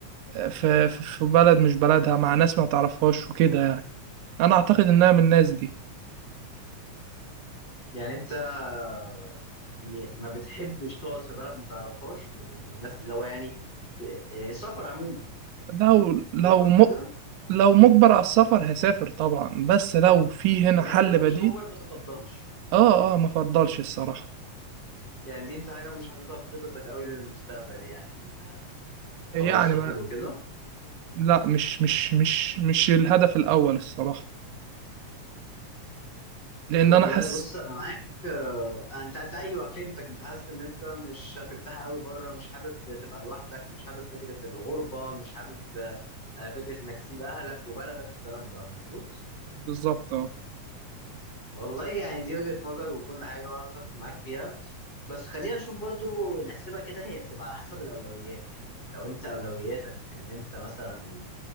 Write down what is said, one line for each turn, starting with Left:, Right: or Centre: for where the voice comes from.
Right: في... في في بلد مش بلدها مع ناس ما تعرفهاش وكده يعني أنا أعتقد إنها من الناس دي
Left: يعني انت آه، م- ما بتحبش تقعد في بلد ما تعرفهاش وال- والناس اللي هو يعني في- يعني السفر عموما
Right: لو لو
Left: تقصد
Right: م...
Left: كده
Right: لو مجبر على السفر هسافر طبعا بس لو في هنا
Left: لكن
Right: حل
Left: لو
Right: بديل
Left: مش مجبر ما تفضلش
Right: آه آه ما فضلش الصراحة
Left: يعني دي انت حاجه مش حاططها في خططك قوي للمستقبل يعني إن حوار
Right: يعني
Left: السفر
Right: ما...
Left: وكده
Right: لا مش مش مش مش الهدف الأول الصراحة لأن
Left: والله
Right: أنا حاسس
Left: بص انا معاك آه، انت انت ايوه فهمتك انت حاسس ان انت مش هترتاح قوي بره مش حابب تبقى لوحدك مش حابب فكره الغربه مش حابب آه، فكره انك تسيب اهلك وبلدك والكلام ده مظبوط
Right: بالظبط اه
Left: والله يعني دي وجهة نظر وكل حاجة وأنا أتفق معاك فيها بس خلينا نشوف برضو نحسبها كده هي بتبقى على حسب الأولويات يعني لو أنت أولوياتك إن أنت مثلا